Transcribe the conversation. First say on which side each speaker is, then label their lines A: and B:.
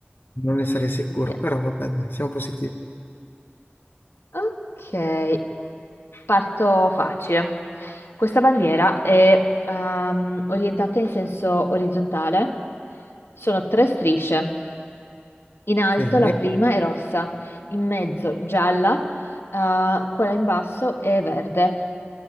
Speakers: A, on the left (about 60°); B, on the left (about 85°).
A: Non ne sarei sicuro,
B: vediamo.
A: però va bene, siamo positivi.
B: ok, parto facile. Questa bandiera è ehm, orientata in senso orizzontale. Sono tre strisce. In alto
A: Sì.
B: la prima è rossa, in mezzo gialla, eh, quella in basso è verde.